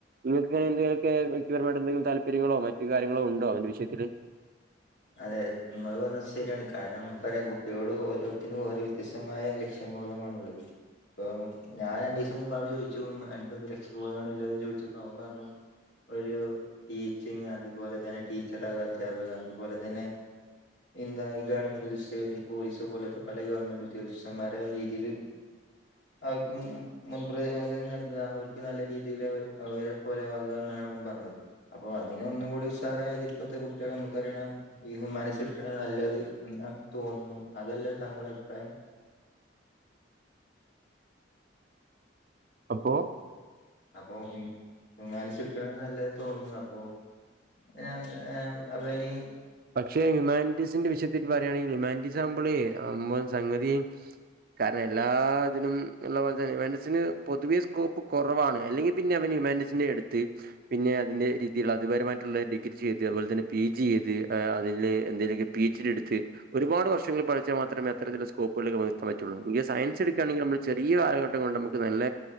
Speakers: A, on the right; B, on the left.
A: നിങ്ങൾക്ക് അയിന് ക്കെ വ്യക്തിപരമായിട്ട് എന്തെങ്കിലും താല്പര്യങ്ങളോ മറ്റു കാര്യങ്ങളോ ഉണ്ടോ അവന്റെ വിഷയത്തിത്തില്.
B: അതെ ങ്ങൾ പറഞ്ഞത് ശരിയാണ് കാരണം നമുക്ക് അറയാ കുട്ടികള് ഓരോരുത്തരും ഓരോ വ്യത്യസ്തമായ ലക്ഷ്യം സമ്മോദമാണ് ഉള്ളത് അപ്പ ഞാൻ ര ണ്ട് ദിവസം മുമ്പോട്അവനോട് ചോിച്ചു പോ എനക്ക് എന്ത് രക്ഷപോധണല്ലോന്ന് ചോദിച്ചപ്പോ പറഞ്ഞു ഒരു ടീച്ചിങ് അതുപോലെ തന്നെ ടീച്ചർാക അധ്യാപക അതുപോലെ തന്നെ എന്താ ഗവൺമെന്റ് ഉദ്യസ്ഥതി പോലീസ് പോലത്തെ പല ഗവൺമെന്റ് ഉദ്യോഗസ്ഥന്മാരുടെ രീതിയിൽ അവർക്ക് മുൻപ്രതിോധം നൽകുക അവർക്ക് നല്ല രീതിയിൽ അവർ അവരെ പോലെ ആകുകഎന്നത് പറ ഞ്ഞത് അപ്പോ അതിനൊന്ന കൂടി ഉസാറായത് ഇപ്പോഴത്തെ കുട്ടികൾ നമുക്കറിയുന്ന ഹുമനിസ് എടുക്കുണനല്ലത് എന്നാണ് തോന്നുന്നു അതെല്ലാം തകളുടെ അഭിപ്രായം
A: അപ്പോ
B: അപ്പൊ ഹു മാനസ് എടുക്കണ നല്ല തോന്നുന്നു അപ്പോ ങ്ങ് അവനി
A: പക്ഷെ ഹ്യുമാനിറ്റിസിന്റെ വിഷയത്തിൽ പറയുകയാണെങ്കിൽ ഹ്യുമാറ്റീസ ആമ്പോളേ അവുമ്പോ സംഗതിയും കാരണം എല്ലാ ഇതിനും ഉള്ളപലെ തന്നെ ഹു മെൻസിന് പൊതുവെ സ്കോപ്പ് കുറവാണ് അല്ലെങ്കിൽ പിന്നെ അവന് മാനേജന്റെ എടുത്ത് പിന്നെ അതിന്റെ ഹ്യൂമൻസിന്റെ എടുത്തു രീതിൽ അതിപരമായിട്ടുള്ള ഡിഗ്രി ചെയ്ത് അതുപോലെ തന്നെ പി ജി ചെയ്ത് അതില് എന്തേലെ പി എച്ച് ഡി എടുത്ത് ഒരുപാട്വ ർഷങ്ങൾ പഠിച്ചാൽ മാത്രമേ അത്രത്തിലുള്ള സ്കോപ്പുകൾ എത്താൻ പറ്റുക യോ ള്ളൂ സയൻസ് എടുക്കുകണങ്കിൽ നമ്മള് ചെറിയ കാലഘട്ടം കൊണ്ട് നമക്ക് നല്ല